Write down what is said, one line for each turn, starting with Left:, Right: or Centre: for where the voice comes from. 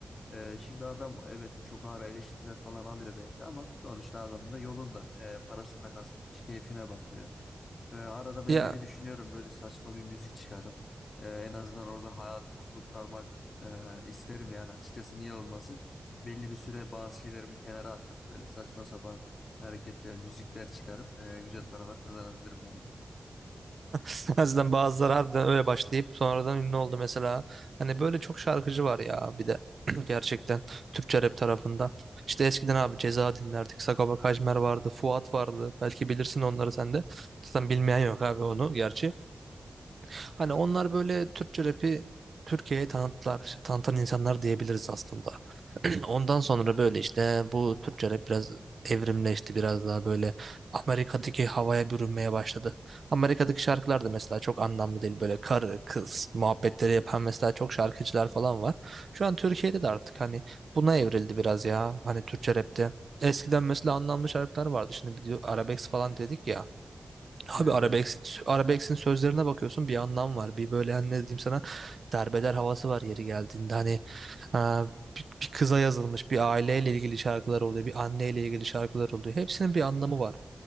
Left: E, şimdi adam evet çok ağır eleştiriler falan alıyor belki ama sonuçta adam da yolunda e, parasını da kazanmış, keyfine bakıyor. Ee, arada ben
Right: Ya
Left: bile düşünüyorum böyle saçma bir müzik çıkarıp e, en azından orada hayatımı kurtarmak e, isterim yani açıkçası niye olmasın. Belli bir süre bazı şeylerimi kenara atıp böyle saçma sapan hareketler, müzikler çıkarıp e, güzel paralar kazanabilirim ben de.
Right: <laughs> O yüzden bazıları harbiden öyle başlayıp sonradan ünlü oldu mesela. Hani böyle çok şarkıcı var ya bir de <clears throat> gerçekten Türkçe rap tarafında. İşte eskiden abi Ceza dinlerdik. Sagopa Kajmer vardı. Fuat vardı. Belki bilirsin onları sen de. Zaten
Left: Evet.
Right: bilmeyen yok abi onu gerçi. Hani onlar böyle Türkçe rapi Türkiye'ye tanıttılar. işte tanıtan insanlar diyebiliriz aslında. <clears throat> Ondan sonra böyle işte bu Türkçe rap biraz evrimleşti. Biraz daha böyle Amerika'daki havaya bürünmeye başladı. Amerika'daki şarkılar da mesela çok anlamlı değil. Böyle karı kız muhabbetleri yapan mesela çok şarkıcılar falan var. Şu an Türkiye'de de artık hani buna evrildi biraz ya. Hani Türkçe rapte. Eskiden mesela anlamlı şarkılar vardı. Şimdi bir de arabesk falan dedik ya. Abi
Left: Evet
Right: Arabesk'in
Left: evet.
Right: Arabesk'in sözlerine bakıyorsun bir anlam var. Bir böyle hani ne diyeyim sana derbeder havası var yeri geldiğinde. Hani e, bir, bir kıza yazılmış bir aileyle ilgili şarkılar oluyor. Bir anneyle ilgili şarkılar oluyor. Hepsinin bir anlamı var.